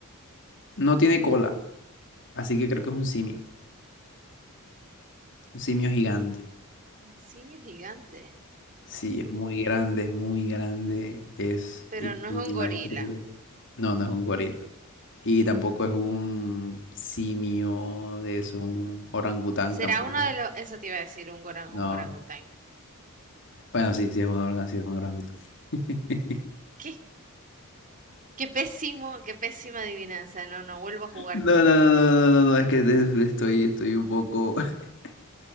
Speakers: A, on the left; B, on the right.
A: No tiene cola, así que creo que es un simio, un simio gigante.
B: Un simio gigante,
A: Sí, es muy grande, es muy grande, es
B: pero
A: in-
B: no
A: un
B: es un
A: animal
B: gorila.
A: increíble. No, no es un gorila. Y tampoco es un simio de eso, un orangután
B: Será
A: tampoco
B: uno
A: es.
B: de los, eso te iba a decir, un goran-
A: No,
B: un orangután.
A: bueno, sí, sí es un orga- sí es un orangután. <laughs>
B: ¿Qué? Qué pésimo, qué pésima adivinanza. No, no vuelvo a jugar
A: No,
B: con
A: no, no,
B: vos.
A: no, no, no, no, es que de- estoy, estoy un poco, <laughs>